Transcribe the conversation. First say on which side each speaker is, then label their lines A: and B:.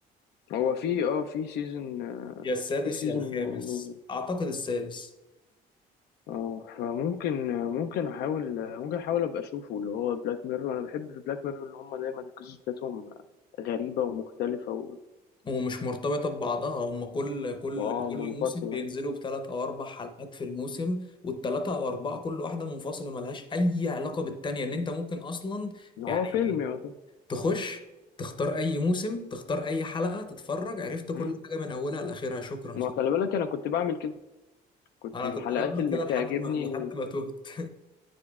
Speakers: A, on the left; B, on the left.
A: هو في اه في سيزون
B: يا السادس
A: في سيزون
B: يا الخامس
A: نزل
B: اعتقد السادس
A: اه فممكن ممكن احاول ممكن احاول ابقى اشوفه اللي هو بلاك ميرور انا بحب في بلاك ميرور ان هم دايما القصص بتاعتهم غريبة ومختلفة و...
B: ومش مرتبطة ببعضها هم كل كل
A: واه
B: كل
A: منفصلة
B: موسم بينزلوا بثلاث أو أربع حلقات في الموسم والثلاثة أو أربعة كل واحدة منفصلة ملهاش أي علاقة بالتانية إن أنت ممكن أصلا
A: ان هو
B: يعني
A: فيلم يعتبر
B: تخش تختار أي موسم تختار أي حلقة تتفرج عرفت كل
A: مم.
B: حاجة من أولها لآخرها شكرا
A: ما
B: خلاص
A: خلي بالك انا كنت بعمل كده كنت
B: أنا
A: الحلقات
B: كنت بعمل
A: اللي
B: كده
A: بتعجبني
B: لحد ما لحد ما تهت